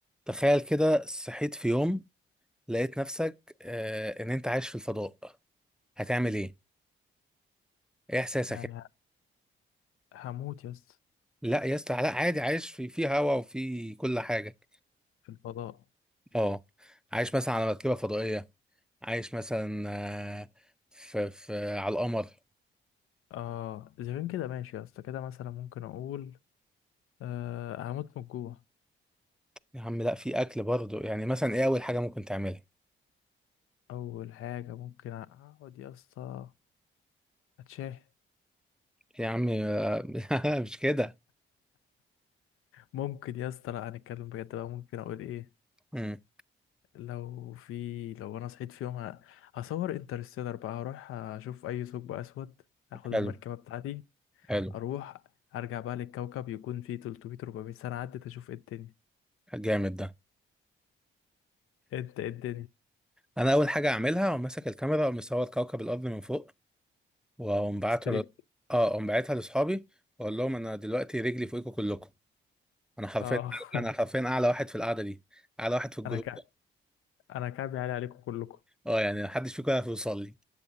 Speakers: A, in the centre; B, on the left.
A: تخيل كده صحيت في يوم لقيت نفسك آه ان انت عايش في الفضاء هتعمل ايه ايه احساسك
B: يعني ه- هموت يا اسطى
A: لا يا اسطى لا عادي عايش في في هواء وفي كل حاجه
B: في الفضاء
A: اه عايش مثلا على مركبه فضائيه عايش مثلا آه في, في على القمر
B: اه اذا كان كده ماشي يا اسطى كده مثلا ممكن اقول آه هموت من الجوع
A: يا عم لا في اكل برضه يعني مثلا ايه اول حاجه ممكن تعملها
B: اول حاجه ممكن اقعد يا اسطى اتشاه
A: يا عم آه، <laughs> مش كده
B: ممكن يا اسطى لا هنتكلم بجد بقى ممكن اقول ايه
A: امم
B: لو في لو انا صحيت في يوم ه- هصور انترستيلر بقى هروح اشوف اي ثقب اسود اخد
A: حلو
B: المركبه بتاعتي
A: حلو
B: اروح ارجع بقى للكوكب يكون فيه 300 400 سنه عدت اشوف ايه الدنيا
A: جامد ده
B: انت ايه الدنيا
A: انا اول حاجه اعملها وماسك الكاميرا ومصور كوكب الارض من فوق واقوم بعتها
B: استريك
A: ل... اه اقوم باعتها لاصحابي واقول لهم انا دلوقتي رجلي فوقكم كلكم انا حرفيا
B: اه <laughs>
A: انا حرفيا اعلى واحد في القعده دي اعلى واحد في الجروب
B: انا ك...
A: ده
B: انا كعبي عالي عليكم كلكم
A: اه يعني محدش فيكم يعرف يوصل لي